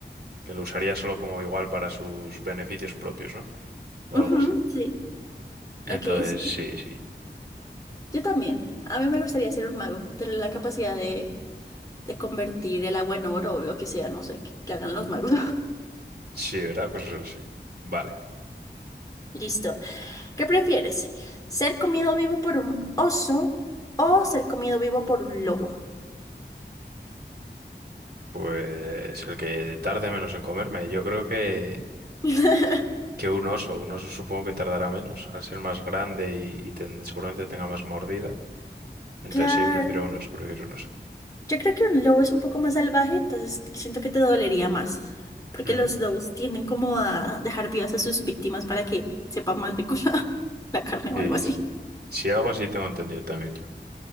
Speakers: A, on the right; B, on the left.
A: que lo usaría solo como igual para sus beneficios propios, ¿no? O
B: Ujú,
A: algo así.
B: sí.
A: Entonces,
B: Ok, sí.
A: sí, sí.
B: Yo también. A mí me gustaría ser un mago. Tener la capacidad de, de convertir el agua en oro o lo que sea. No sé, que, que
A: Ujú.
B: hagan los magos.
A: Sí, ¿verdad? Cosas así. Vale,
B: <laughs> Listo. ¿Qué prefieres? ¿Ser comido vivo por un oso o ser comido vivo por un lobo?
A: pues el que tarde menos en comerme, yo creo que,
B: <laughs>
A: que un oso, un oso supongo que tardará menos, al ser más grande y, y ten- seguramente tenga más mordida. Entonces
B: Claro,
A: sí, prefiero un oso, prefiero un oso.
B: yo creo que un lobo es un poco más salvaje, entonces siento que te dolería más, porque
A: Ujú.
B: los lobos tienden como a dejar vivas a sus víctimas para que sepa más rico <laughs> la, la carne o
A: Sí,
B: algo así.
A: sí. Sí, algo así tengo entendido también yo.